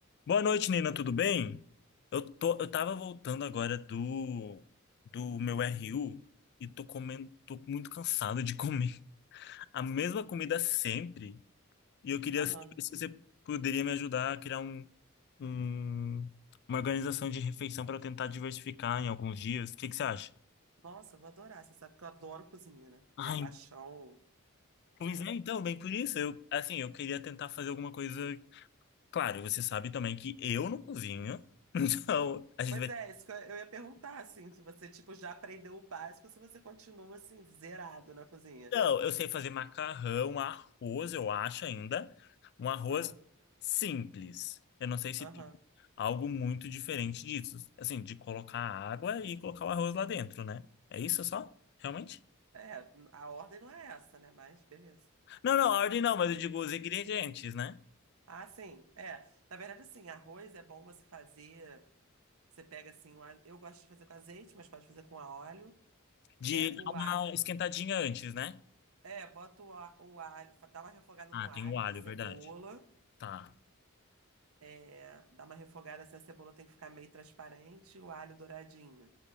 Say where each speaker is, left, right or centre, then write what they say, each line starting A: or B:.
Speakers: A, on the left; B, on the right.
A: Boa noite, Nina, tudo bem? Eu tô, eu tava voltando agora do do meu RU e tô comendo, tô muito cansado de comer <laughs> a mesma comida sempre. E eu queria
B: Aham.
A: saber se você poderia me ajudar a criar um, um- uma organização de refeição para eu tentar diversificar em alguns dias. O que que você acha?
B: Nossa, eu vou adorar. Você sabe que eu adoro cozinha, né?
A: Ai,
B: Minha paixão.
A: pois
B: Meu...
A: é, então, bem por isso. Eu, assim, eu queria tentar fazer alguma coisa. Claro, você sabe também que eu não cozinho. <laughs> Então, a gente
B: Pois
A: vai
B: é, isso que eu eu ia perguntar, assim, se você, tipo, já aprendeu o básico, se você continua, assim, zerado na cozinha.
A: Não, eu sei fazer macarrão, arroz, eu acho ainda. Um arroz
B: Aham,
A: simples. Eu não sei se
B: aham.
A: tem algo muito diferente disso. Assim, de colocar água e colocar o arroz lá dentro, né? É isso só? Realmente?
B: É, a ordem não é essa, né? Mas beleza.
A: Não, não, a ordem não, mas eu digo os ingredientes, né?
B: Ah, sim, é. Na verdade, assim, arroz é bom você fazer. Você pega, assim, o a- eu gosto de fazer com azeite, mas pode fazer com a óleo.
A: De
B: Pega
A: dar
B: o a...
A: uma esquentadinha antes, né?
B: É, bota o a- o alho, fa- dá uma refogada
A: Ah,
B: no
A: tem
B: alho,
A: o alho,
B: na cebola.
A: verdade. Tá,
B: É, dá uma refogada assim, a cebola tem que ficar meio transparente, o alho douradinho.